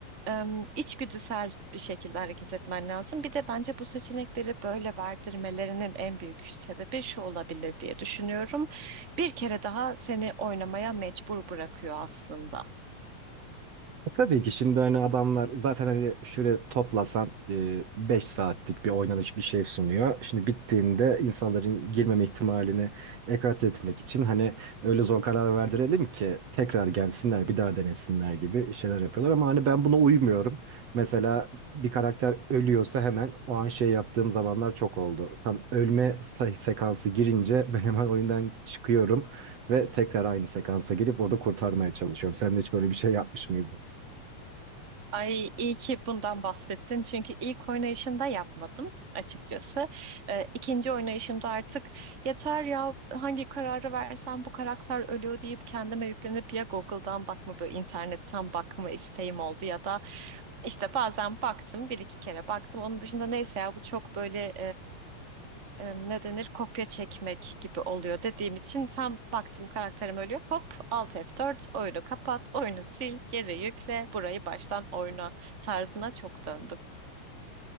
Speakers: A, on the right; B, on the right.
A: e, içgüdüsel bir şekilde hareket etmen lazım. Bir de bence bu seçenekleri böyle verdirmelerinin en büyük sebebi şu olabilir diye düşünüyorum. Bir kere daha seni oynamaya mecbur bırakıyor aslında.
B: E, Tabii ki şimdi hani adamlar zaten hani şöyle toplasan e, 5 saatlik bir oynanış bir şey sunuyor. Şimdi bittiğinde insanların girmeme ihtimalini ekarte etmek için hani öyle zor karar verdirelim ki tekrar gelsinler bir daha denesinler gibi şeyler yapıyorlar. Ama hani ben buna uymuyorum. Mesela bir karakter ölüyorsa hemen o an şey yaptığım zamanlar çok oldu. Tam ölme se- sekansı girince <laughs> ben hemen oyundan çıkıyorum ve tekrar aynı sekansa girip orada kurtarmaya çalışıyorum. Sen de hiç böyle bir şey yapmış mıydın?
A: Ay iyi ki bundan bahsettin. Çünkü ilk oynayışımda yapmadım açıkçası. Ee, ikinci oynayışımda artık yeter ya hangi kararı versem bu karakter ölüyor deyip kendime yüklenip ya Google'dan bakma böyle internetten bakma isteğim oldu ya da işte bazen baktım bir iki kere baktım. Onun dışında neyse ya bu çok böyle e, ne denir kopya çekmek gibi oluyor dediğim için tam baktım karakterim ölüyor. Hop Alt f dört oyunu kapat, oyunu sil, geri yükle, burayı baştan oyna tarzına çok döndüm.